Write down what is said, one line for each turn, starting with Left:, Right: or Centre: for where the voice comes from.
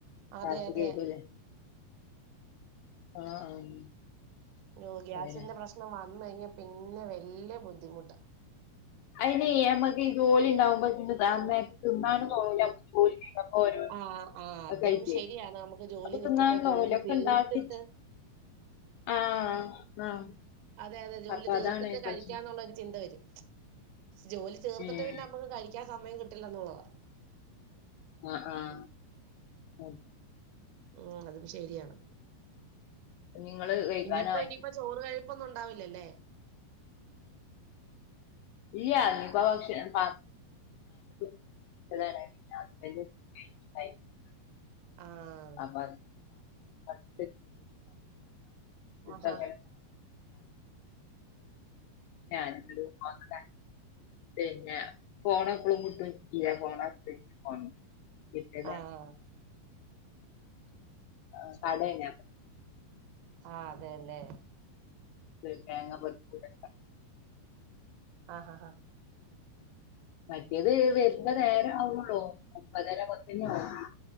Right: അതെ
Left: ഗാസ്
Right: അതെ
Left: കേറിയല്ലേ അഹ് ആഹ്
Right: ഓ ഗ്യാസിന്റെ
Left: അങ്ങനെ
Right: പ്രശ്നം വന്നഴിഞ്ഞാൽ പിന്നെ വെല്യ ബുദ്ധിമുട്ടാ
Left: അയ്നെ അമ്മക്ക് ഈ ജോലിണ്ടാവുമ്പോ പിന്നെ നന്നായിട്ട് തിന്നാനും തോന്നൂല ജോലി ഓരോര്ന്ന്
Right: ആഹ് ആഹ് അതും
Left: അകഴിറ്റെ
Right: ശരിയാണ് നമുക്ക് ജോലി
Left: അപ്പൊ
Right: നിക്കുമ്പോ
Left: തിന്നാനും
Right: ജോലി
Left: തൊന്ന്ല ഒക്കെ
Right: തീർത്തിട്ട്
Left: ഉണ്ടാക്കിച്ച് ആഹ് ആഹ്
Right: അതെ അതെ ജോലി
Left: അപ്പൊ
Right: തീർത്തിട്ട്
Left: അതാണ്
Right: കഴിക്കാന്നുള്ള
Left: പ്രശ്നം
Right: ഒരു ചിന്ത വരും ജോലി തീർത്തിട്ട്
Left: ഉം
Right: പിന്നെ നമുക്ക് കയ് ക്കാൻ സമയം കിട്ടില്ല എന്നുള്ളതാ
Left: ആഹ് ആഹ് അ
Right: ഉ അതും ശരിയാണ്
Left: നിങ്ങള് കഴിക്കാനായി
Right: ഇനിയിപ്പോ ഇനി പ്പൊ ചോറ് കഴിപ്പൊന്നുംണ്ടാവില്ലല്ലേ?
Left: ഇല്ലഞ്ഞിപ്പ ഭക്ഷണം <unintelligible> <unintelligible> ഹസ്ബൻഡ് ണ്ടായിര്ന്നു
Right: ആഹ്
Left: അപ്പത് <inaudible> ഇതൊക്കെ
Right: ആഹ് ഹാ
Left: ഞാന്ണ്ട് നോക്കട്ടെ പിന്നെ ഫോണെപ്പളും കിട്ടും ഇയാ ഫോണാ <inaudible> കിട്ട്യേതാണ്
Right: ആഹ്
Left: ആഹ് കടേണ്
Right: ആഹ് അതെല്ലേ
Left: ത് തേങ്ങ പെർക്കി കൂട്ടല്
Right: ആഹ ഹാ
Left: മറ്റേത് വെർന്ന നേരാവ്ണുള്ളൂ ഒമ്പതര പത്തണ്യാവും